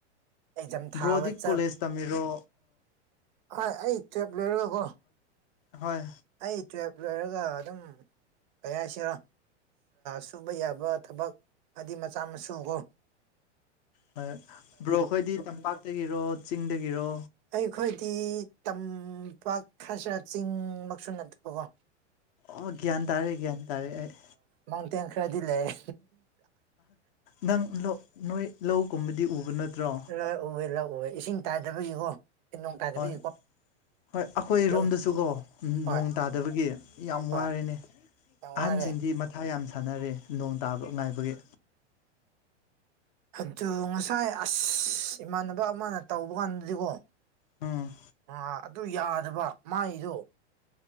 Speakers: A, on the right; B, on the left.
A: ꯑꯦꯛꯖꯥꯝ ꯊꯥꯕ
B: ꯕ꯭ꯔꯣꯗꯤꯞ
A: ꯆꯞ
B: ꯀꯣꯂꯦꯖꯇ ꯃꯦꯣ
A: ꯍꯣꯏ ꯑꯩ ꯇꯨꯌꯦꯜꯞ ꯂꯣꯏꯔꯒꯀꯣ
B: ꯍꯣꯏ
A: ꯑꯩ ꯇꯨꯌꯦꯜꯞ ꯂꯣꯏꯔꯒ ꯑꯗꯨꯝ ꯀꯌꯥꯁꯤꯔꯣ ꯁꯨꯕ ꯌꯥꯕ ꯊꯕꯛ ꯍꯥꯏꯗꯤ ꯃꯆꯥ ꯃꯁꯨ ꯀꯣ
B: ꯍ ꯕ꯭ꯔꯣ ꯑꯩꯈꯣꯏꯗꯤ ꯇꯝꯄꯥꯛꯇꯒꯤꯔꯣ ꯆꯤꯡꯗꯒꯤꯔꯣ
A: ꯑꯩꯈꯣꯏꯗꯤ ꯇꯝꯄꯥꯛ ꯈꯖꯔ ꯆꯤꯡꯃꯛꯁꯨ ꯅꯠꯇꯕꯀꯣ
B: ꯑꯣ ꯒ꯭ꯌꯥꯟ ꯇꯥꯔꯦ ꯒ꯭ꯌꯥꯟ ꯇꯥꯔꯦ ꯑꯩ
A: ꯃꯥꯡꯇꯦꯟ ꯈꯔꯗꯤ ꯂꯩꯝ
B: ꯅꯪ ꯅꯣꯏ ꯂꯧꯒꯨꯝꯕꯗꯤ ꯎꯕ ꯅꯠꯇ꯭ꯔꯣ
A: ꯂꯥꯛ ꯎꯋꯦ ꯂꯥꯛꯎꯋꯦ ꯏꯁꯤꯡ ꯇꯥꯗꯕꯒꯤꯀꯣ <inaudible>
B: ꯍꯣꯏ ꯍꯣꯏ ꯑꯩꯈꯣꯏꯔꯣꯝꯗꯁꯨꯀꯣ
A: ꯂꯧ ꯍꯣꯏ
B: ꯅꯣꯡ ꯇꯥꯗꯕꯒꯤ ꯌꯥꯝ
A: ꯍꯣꯏ
B: ꯋꯥꯔꯦꯅꯦ
A: ꯌꯥꯝ ꯋꯥꯔꯦ
B: ꯑꯍꯟꯁꯤꯡꯗꯤ ꯃꯊꯥ ꯌꯥꯝ ꯁꯥꯟꯅꯔꯦ ꯅꯣꯡ ꯇꯥꯕ ꯉꯥꯏꯕꯒꯤ
A: ꯑꯗꯨ ꯉꯁꯥꯏ ꯑꯁ ꯏꯃꯥꯟꯅꯕ ꯑꯃꯅ ꯇꯧꯕ ꯀꯥꯟꯗꯗꯤꯀꯣ
B: ꯎꯝ
A: ꯑ ꯑꯗꯨ ꯌꯥꯗꯕ ꯃꯥꯏꯗꯣ